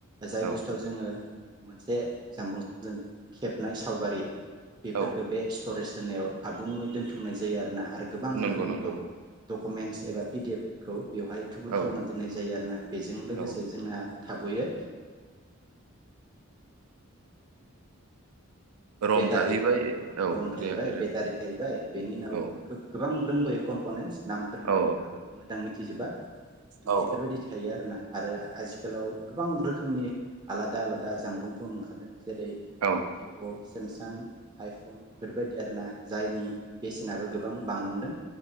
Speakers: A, on the right; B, on the right.
A: जाय
B: औ
A: बुस्थुआव जोङो मोनसे जानबुं जों खेबनाय सावगारि बेफोरखौ
B: औ
A: बे स्टरेज होननायाव आबुंङै दोनथुमनाय जायो आरो ना। आरो गोबां
B: नंगौ
A: रोखोमनि
B: नंगौ
A: दक दक डकुमेन्टस एबा पि डि एफ खौ बेवहाय थुबुर
B: औ
A: खालामना दोननाय जायो आरो ना बेजों लोगोसे
B: औ
A: जोंना थाबैयो
B: रम
A: बेटारि
B: थाहैबाय औ
A: रम थाहैबाय
B: रे रे
A: बेटारि थाहैबाय बेनि उनाव
B: औ
A: गो गोबां दोंबायो कमपनेन्स नामफोरखो
B: औ
A: आंबो मोजां मिथिजोबा
B: औ
A: बेफोरबायदि थायो आरोना आरो आथिखालाव गोबां रोखोमनि आलादा आलादा जामबुंफोर ओंखारदों । जेरै
B: औ
A: भिभ सेमसां आइफन बेफोरबायदि आर ना जायनि बेसेनाबो गोबां बांलांदों